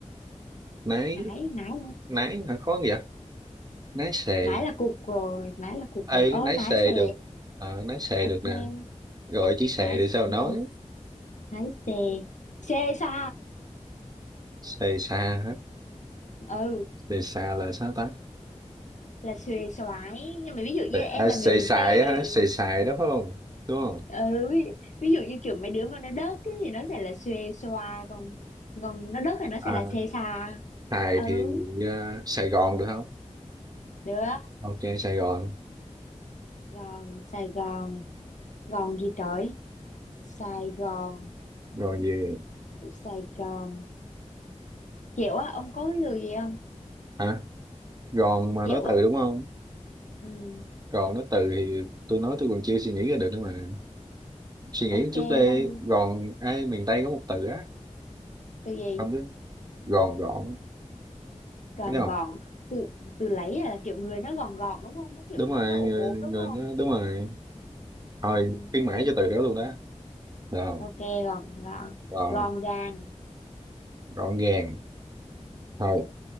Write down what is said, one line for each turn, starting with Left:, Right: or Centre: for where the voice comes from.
Right: Nái,
Left: Nái, nái là-
Right: nái hả? Khó vậy? Nái xề,
Left: Nái là cục rồi. Nái là cục
Right: ê,
Left: rồi. Ơ,
Right: nái
Left: nái
Right: xề
Left: xề.
Right: được, Ờ, nái xề
Left: Ok.
Right: được nè, gọi chữ xề
Left: Nái,
Right: để sao nói?
Left: nái, nái xề. Xê xa.
Right: Xề xa hả?
Left: Ừ.
Right: Xề xa là sao ta?
Left: Là xuề xoái. Nhưng mà ví dụ
Right: Tại-
Left: như em
Right: À,
Left: là
Right: xài
Left: người miền
Right: xài
Left: Tây
Right: á
Left: thì
Right: hả? Xài xài đó phải không? Đúng không?
Left: ừ, ví, ví dụ như kiểu mấy đứa mà nó đớt ấy, thì nó sẽ là xuê xoa còn còn nó đớt thì nó
Right: À,
Left: sẽ là xê xa
Right: xài
Left: ừ
Right: thì à, Sài Gòn được không?
Left: được
Right: Ok, Sài Gòn.
Left: gòn Sài Gòn gòn gì trời Sài Gòn
Right: Gòn gì?
Left: Sài Gòn kiểu á ông có cái từ gì không
Right: Hả? Gòn mà
Left: kiểu
Right: nói
Left: á
Right: từ đúng không?
Left: ừ
Right: Gòn nói từ thì tôi nói tôi còn chưa suy nghĩ ra được nữa mà. Suy nghĩ
Left: ok
Right: một chút đi.
Left: con
Right: Gòn, ai miền Tây có một từ á.
Left: từ gì
Right: Không biết. Gòn gọn.
Left: gòn
Right: Thấy không?
Left: gòn từ từ lấy là kiểu người nó gòn gòn đúng không nó kiểu
Right: Đúng
Left: nó
Right: rồi.
Left: nó ốm
Right: Người,
Left: ốm đúng
Right: người
Left: không
Right: nó, đúng rồi. Thôi,
Left: ừ
Right: khuyến
Left: hiểu.
Right: mãi cho từ đó luôn đó. Được không?
Left: ok gòn gòn
Right: Gòn,
Left: gòn gàng
Right: gọn gàng.
Left: ừ
Right: Thôi.